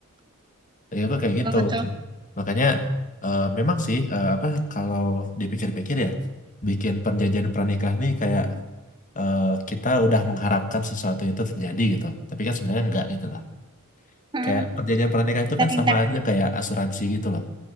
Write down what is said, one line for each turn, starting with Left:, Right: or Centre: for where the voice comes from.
Left: Jadi aku kayak gitu.
Right: betul. betul.
Left: Makanya eh, memang sih eh, apa kalau dipikir-pikir ya bikin perjanjian pernikah nih kayak eh, kita udah mengharapkan sesuatu itu terjadi gitu. Tapi kan sebenarnya enggak gitu lah.
Right: Mm,
Left: Kayak perjanjian pernikahan itu
Right: Ada
Left: kan
Right: tindak,
Left: sama aja kayak asuransi gitu loh.